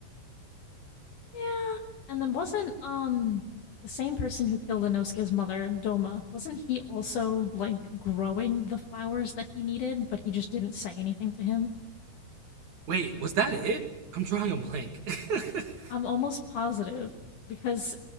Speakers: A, on the left (about 65°); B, on the right (about 50°).
A: <laughs> yeah. And then wasn't, um, the same person who killed Inosuke's mother, Doma, wasn't he also, like, growing the flowers that he needed, but he just didn't say anything to him?
B: <laughs> wait, was that it? I'm drawing a blank. <laughs>
A: I'm almost positive because